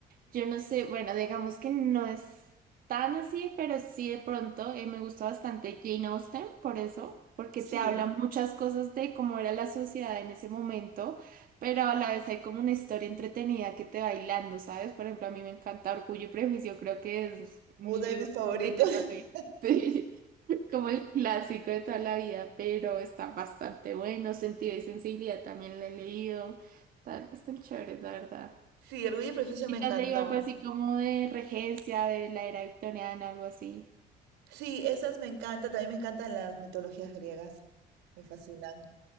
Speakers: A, on the right; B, on the right.
A: Yo no sé, bueno, digamos que no es tan así, pero sí de pronto eh, me gusta bastante Jane Austen por eso, porque
B: Sí,
A: te habla muchas cosas de cómo era la sociedad en ese momento, pero a la vez hay como una historia entretenida que te va hilando, ¿sabes? Por ejemplo, a mí me encanta Orgullo y Prejuicio, creo que es mi
B: uno de
A: libro
B: mis favoritos.
A: favorito también.
B: <laughs>
A: <laughs> Sí como el clásico de toda la vida, pero está bastante bueno. Sentido y sensibilidad también lo he leído. Están, están chéveres, la verdad.
B: Sí, Orgullo y Prejuicio
A: ¿Y
B: me encantó.
A: te has leído algo así como de regencia, de la era victoriana, algo así?
B: Sí, esas me encantan, también me encantan las mitologías griegas, me fascinan.